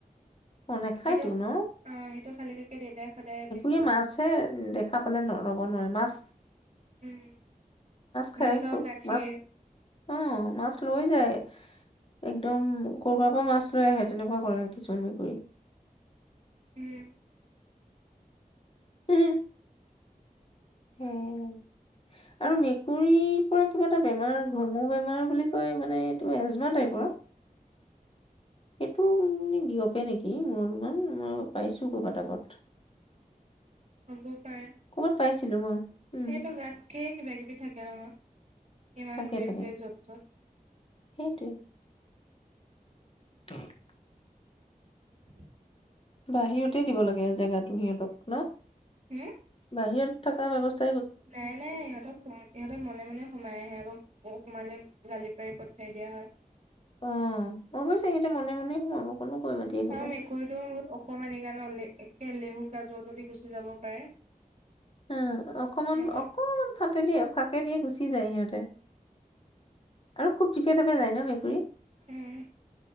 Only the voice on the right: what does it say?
সেইটো,
অঁ। সেইটো খালী <unintelligible> দেউতাই সদায় <unintelligible>
উম।
মাছ
আৰু গাখীৰ।
উম
হ'ব পাৰে
<unintelligible> কিবা কিবি থাকে নহয়। ইমান
ঘূৰি
ফুৰে য'ত ত'ত।
<inaudible>
হম
নাই নাই। ইহঁতক - ইহঁতে মনে মনে সোমাই আহে আকৌ। <unintelligible> সোমালে গালি পাৰি পঠিয়াই দিয়া হয়।
অ মেকুৰীটো <unintelligible> বহুত অকমানি <unintelligible> <unintelligible> দি গুচি যাব পাৰে।
সিহঁতে
উম